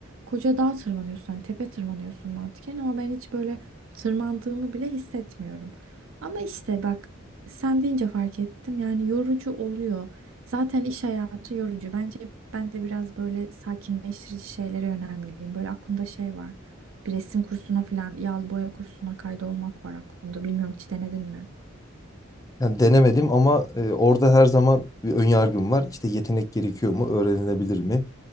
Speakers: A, on the right; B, on the left.
A: koca dağ tırmanıyorsun. hani tepe tırmanıyorsun mantıken ama ben hiç böyle tırmandığımı bile hissetmiyorum. Ama işte bak sen deyince fark ettim yani yorucu oluyor. Zaten iş hayatı yorucu. Bence ben de biraz böyle sakinleştirici şeylere yönelmeliyim. Böyle aklımda şey var. Bir resim kursuna falan yağlı boya kursuna kaydolmak var aklımda. Bilmiyorum hiç denedin mi?
B: Yani denemedim ama e, orada her zaman bir ön yargım var. İşte yetenek gerekiyor mu? Öğrenilebilir mi?